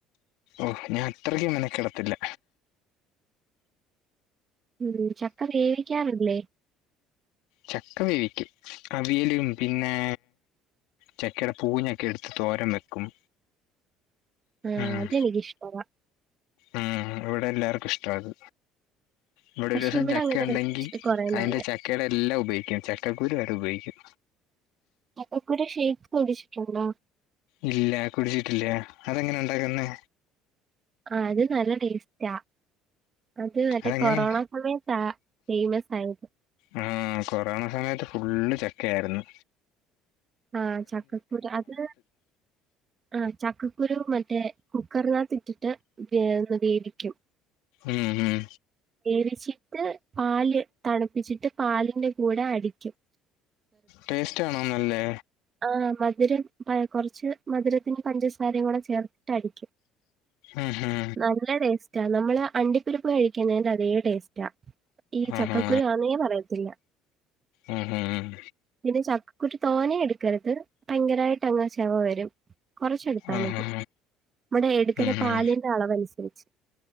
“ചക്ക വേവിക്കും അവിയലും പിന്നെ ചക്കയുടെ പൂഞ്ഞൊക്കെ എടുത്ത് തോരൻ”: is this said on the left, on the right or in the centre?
Left